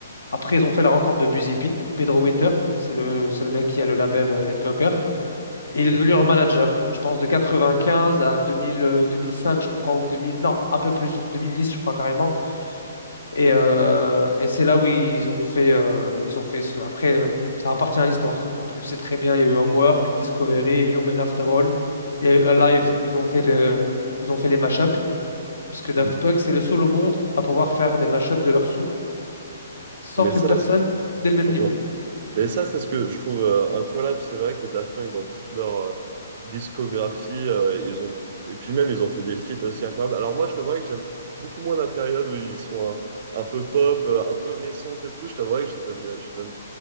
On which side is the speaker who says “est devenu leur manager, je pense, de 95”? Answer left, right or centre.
Left